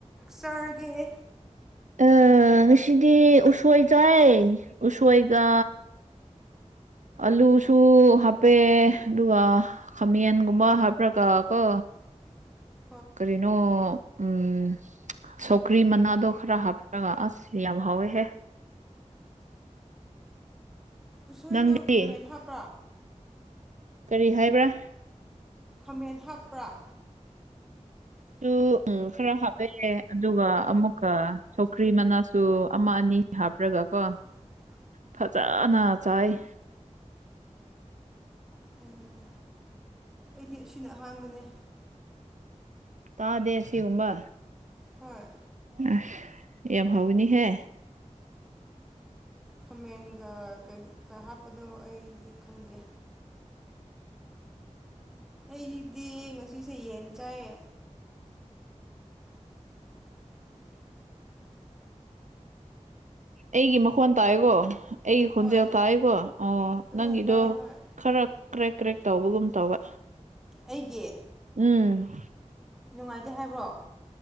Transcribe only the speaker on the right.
ꯑ ꯉꯁꯤꯗꯤ ꯎꯁꯣꯏ ꯆꯥꯏ ꯎꯁꯣꯏꯒ ꯑꯂꯨꯁꯨ ꯍꯥꯞꯄꯦ ꯑꯗꯨꯒ ꯈꯥꯃꯟꯒꯨꯝꯕ ꯍꯥꯞꯄ꯭ꯔꯒ ꯀꯣ
ꯀꯔꯤꯅꯣ ꯎꯝ ꯁꯣꯀ꯭ꯔꯤ ꯃꯅꯥꯗꯣ ꯈꯔ ꯍꯥꯞꯄꯔꯒ ꯑꯁ ꯌꯥꯝ ꯍꯥꯎꯋꯦꯍꯦ꯫
ꯅꯪꯗꯤ
ꯀꯔꯤ ꯍꯥꯏꯕ꯭ꯔꯥ
ꯁꯨ ꯎꯝ ꯈꯔ ꯍꯥꯞꯄꯦ ꯑꯗꯨꯒ ꯑꯃꯨꯛꯀ ꯁꯧꯈ꯭ꯔꯤ ꯃꯅꯥꯁꯨ ꯑꯃ ꯑꯅꯤ ꯍꯥꯞꯄ꯭ꯔꯒ ꯀꯣ꯫
ꯐꯖꯅ ꯆꯥꯏ꯫
ꯇꯥꯗꯦꯁꯤꯒꯨꯝꯕ
ꯑꯁ ꯌꯥꯝ ꯐꯥꯎꯒꯅꯤꯍꯦ꯫
ꯑꯩꯒꯤ ꯃꯈꯣꯟ ꯇꯥꯏꯀꯣ ꯑꯩꯒꯤ ꯈꯣꯟꯖꯦꯜ
ꯇꯥꯏꯑꯀꯣ ꯑꯣ
ꯅꯪꯒꯤꯗꯣ
ꯈꯔ ꯀ꯭ꯔꯦꯛ ꯀ꯭ꯔꯦꯛ ꯇꯧꯕꯒꯨꯝ ꯇꯧꯕ
ꯎꯝ